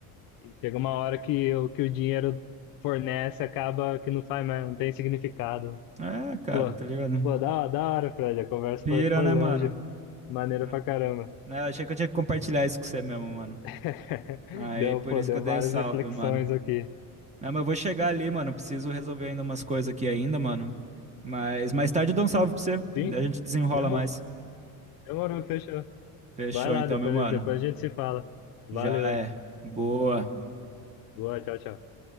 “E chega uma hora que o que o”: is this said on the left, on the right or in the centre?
Left